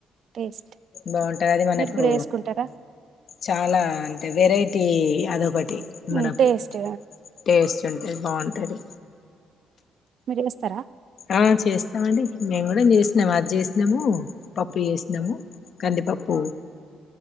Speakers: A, on the right; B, on the left.
A: టేస్ట్
B: బాంటదది మనకు
A: మీరు కూడా వేసుకుంటారా
B: చాలా అంటే వెరై. టీ అదొగ టి
A: హ్మ్.
B: మనకు
A: టేస్ట్
B: టేస్టుంటే బాంటది
A: మీర్ జేస్తరా
B: ఆ చేస్తమండి మేమ్ గూడా జేస్నము అజ్ జేస్నము పప్పు జేస్నము కందిపప్పు.